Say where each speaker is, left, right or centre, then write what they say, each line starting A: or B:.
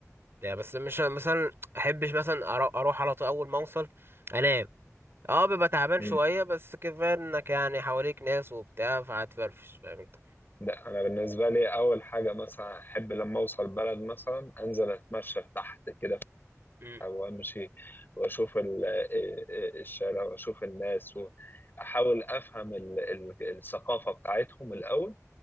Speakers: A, on the right (about 45°); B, on the left (about 40°).
A: لا بس مش مثلا احبش مثلا أرو- اروح على طول اول ما اوصل انام اه ببقى تعبان
B: أمم.
A: شويه بس كفايه انك يعني حواليك ناس وبتاع فهتفرفش فاهم انت
B: لا انا بالنسبة لي اول حاجة مثلا احب لما اوصل البلد مثلا انزل اتمشى تحت كده
A: أمم،
B: وامشي واشوف ال- آه، آه، الشارع واشوف الناس واحاول افهم ال- ال- الثقافه بتاعتهم الاول